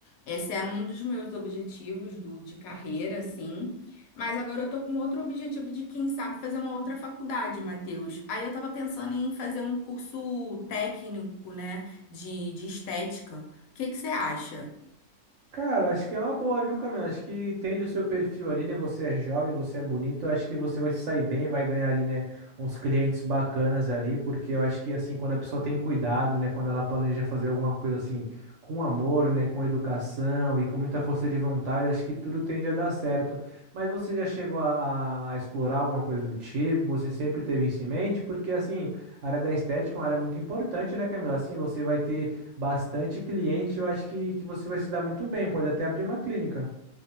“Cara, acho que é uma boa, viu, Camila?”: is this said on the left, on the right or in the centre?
Right